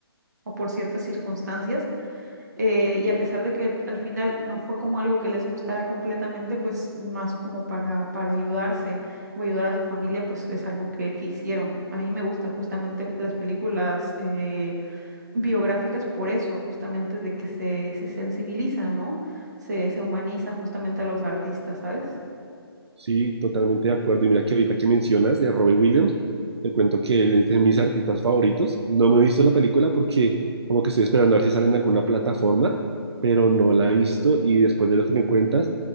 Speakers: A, on the right (about 40°); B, on the right (about 80°).
A: o por ciertas circunstancias, eh, y a pesar de que al final no fue como algo que les gustara completamente, pues más como para, para ayudarse o ayudar a su familia, pues es algo que, que hicieron. A mí me gusta justamente las películas. eh, biográficas por eso, justamente de que se, se sensibiliza, ¿no? Se, se humaniza justamente a los artistas, ¿sabes?
B: Sí, totalmente de acuerdo. Y mira que ahorita que mencionas de Robbie Williams, te cuento que él es de mis artistas favoritos. No me he visto la película porque como que estoy esperando a ver si sale en alguna plataforma, pero no la he visto. Y después de lo que me cuentas,